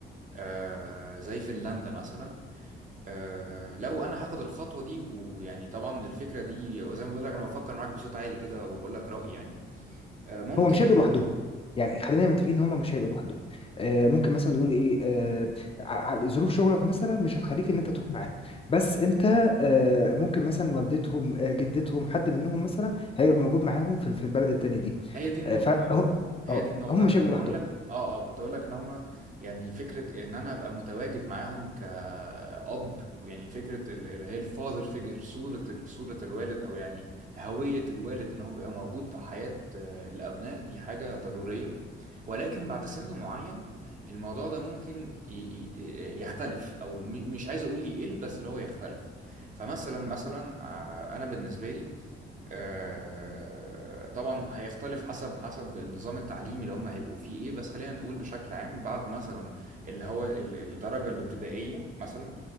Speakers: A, on the right; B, on the left.
A: آه زي فنلندا مثلا آه لو انا هاخد الخطوة دي و- ويعني طبعا الفكرة دي وزي ما بقول لك انا بفكر معاك بصوت عالي كده وبقول لك رأيي يعني آه ممكن
B: هما مش هيبقوا لوحدهم يعني خلينا متفقين ان هما مش هيبقوا لوحدهم أه... ممكن مثلا نقول ايه أه... ع- ع- ظروف شغلك مثلا مش هتخليك ان انت تروح معاهم بس انت أه... ممكن مثلا والدتهم آه، جدتهم حد منهم مثلا هيبقى موجود معاهم في في البلد التانيه دي
A: هي دي النقطة
B: أه... فهم
A: هي
B: اه
A: دي النقطة
B: هم
A: أنا
B: مش
A: كنت
B: هيبقوا لوحدهم
A: أقول لك آه آه كنت أقول لك إن هما يعني فكرة إن أنا أبقى متواجد معاهم كأب ويعني فكرة ال- اللي هي الفاذر فيجر صورة ال- صورة الوالد أو يعني هوية الوالد إن هو بيبقى موجود في حياة آه، الأبناء دي حاجة ضرورية ولكن بعد سن معين الموضوع ده ممكن ي- ي- ي- يختلف أو م- مش عايز أقول يقل بس اللي هو يختلف فمثلا مثلا آه، أنا بالنسبة لي آه، طبعا هيختلف حسب حسب النظام التعليمي اللي هم هيبقوا فيه ايه بس خلينا نقول بشكل عام بعد مثلا اللي هو ال- الدرجة الابتدائية مثلا